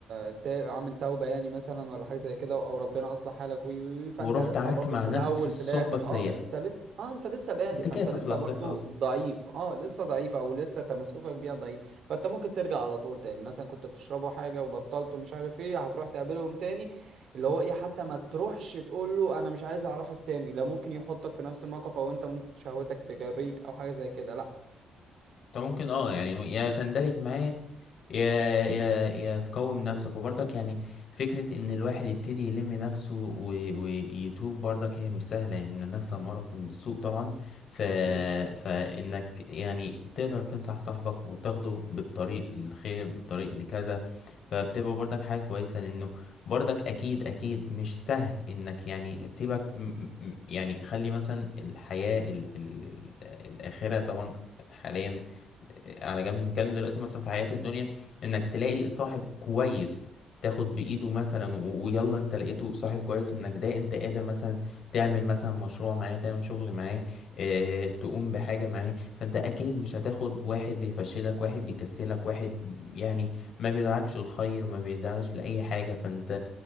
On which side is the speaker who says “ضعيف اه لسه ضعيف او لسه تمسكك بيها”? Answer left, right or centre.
Right